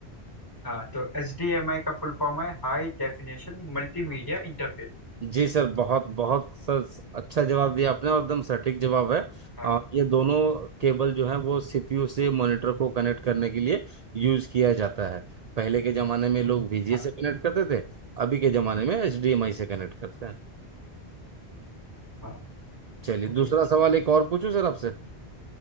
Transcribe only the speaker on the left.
हाँ तो एच डी एम आई का फुल फॉर्म है हाई डेफिनेशन मल्टीमीडिया इंटरफेस
हाँ
हाँ
हाँ
चलिए